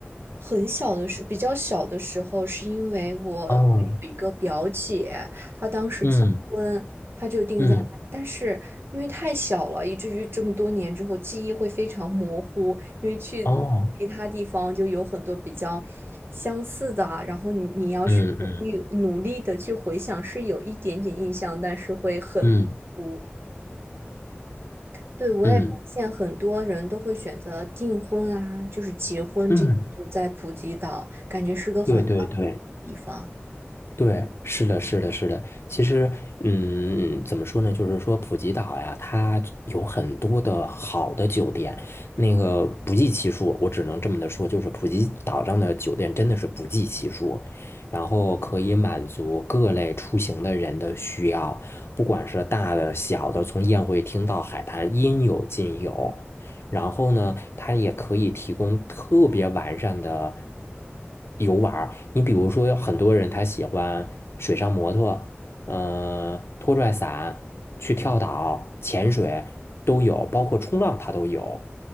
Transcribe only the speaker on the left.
哦，
嗯
嗯，
哦，嗯嗯
嗯
嗯
嗯，
对对对。
对，是的，是的，是的。其实，嗯，怎么说呢？就是说，普吉岛呀，它有很多的好的酒店，那个不计其数。我只能这么的说，就是普吉岛上的酒店真的是不计其数，然后可以满足各类出行的人的需要，不管是大的、小的，从宴会厅到海滩，应有尽有。然后呢，它也可以提供特别完善的游玩儿。你比如说，有很多人他喜欢水上摩托，呃，拖拽伞，去跳岛、潜水都有，包括冲浪它都有。